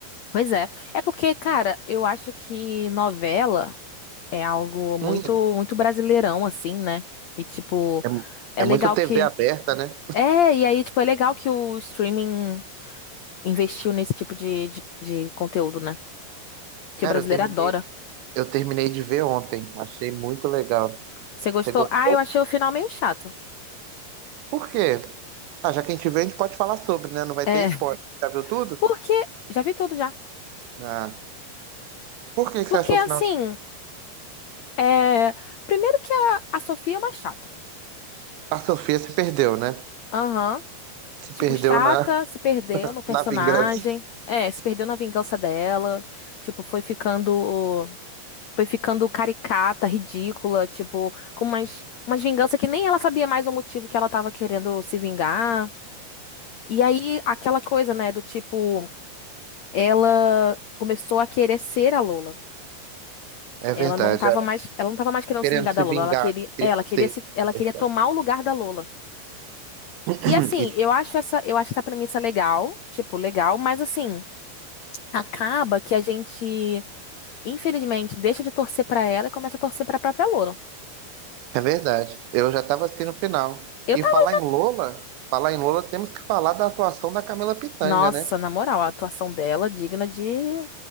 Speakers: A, on the left; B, on the right.
A: Pois é. É porque, cara, eu acho que novela é algo muito,
B: Hum,
A: muito brasileirão, assim, né? E, tipo,
B: é, mu-
A: é
B: é
A: legal
B: muito TV
A: que.
B: aberta, né?
A: É, e aí, tipo, é legal que o streaming investiu nesse tipo de, de, de conteúdo, né? Que
B: Cara,
A: o brasileiro
B: eu terminei,
A: adora.
B: eu terminei de ver ontem. Achei muito legal.
A: Você gostou?
B: Você gostou?
A: Ah, eu achei o final meio chato.
B: Por quê? Ah, já que a gente vê, a gente pode falar sobre, né? Não vai
A: É,
B: ter spoiler. Já viu tudo?
A: Porque. Já vi tudo já.
B: Ah. Por que que
A: Porque,
B: você acha que o
A: assim.
B: final?
A: É... Primeiro que a, a Sofia é uma chata.
B: A Sofia se perdeu, né?
A: Aham.
B: Se
A: Tipo,
B: perdeu
A: chata,
B: na,
A: se perdeu no personagem.
B: na vingança.
A: É, se perdeu na vingança dela. Tipo, foi ficando. Foi ficando caricata, ridícula. Tipo, com umas, umas vinganças que nem ela sabia mais o motivo que ela tava querendo se vingar. E aí, aquela coisa, né? Do tipo. Ela começou a querer ser a Lola.
B: É
A: Ela
B: verdade.
A: não tava
B: ela
A: mais, ela não tava mais querendo
B: Querendo
A: se vingar
B: se
A: da Lola,
B: vingar,
A: ela queria,
B: querendo
A: é, ela queria
B: ser.
A: se, ela queria
B: É verdade.
A: tomar o lugar da Lola.
B: <clears throat>
A: E assim,
B: E-
A: eu acho essa, eu acho essa premissa legal, tipo, legal, mas assim, acaba que a gente, infelizmente, deixa de torcer pra ela e começa a torcer pra própria Lola.
B: é verdade. Eu já estava assim no final.
A: Eu
B: E
A: tava,
B: falar em Lola, falar em Lola, temos que falar da atuação da Camila Pitanga,
A: nossa,
B: né?
A: na moral, a atuação dela digna de